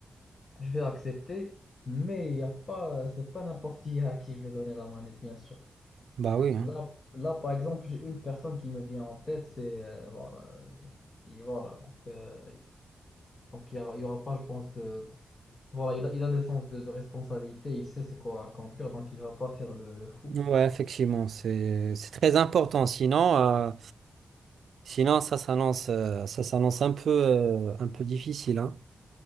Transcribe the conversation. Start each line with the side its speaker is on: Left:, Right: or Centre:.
Left: je vais accepter. Mais il y a pas, c'est pas n'importe qui à qui je vais donner la manette, bien sûr.
Right: Bah oui.
Left: Là,
Right: hein.
Left: là, par exemple, j'ai une personne qui me vient en tête, c'est euh, voilà, euh, et voilà. Donc, euh, donc, il y aura, il y aura pas, je pense, de voilà, il a, il a le sens de, de responsabilité, il sait c'est quoi à conduire, donc il va pas faire le, le fou.
Right: Ouais, effectivement, c'est c'est très important. Sinon, euh, sinon ça s'annonce euh, ça s'annonce un peu euh, un peu difficile, hein.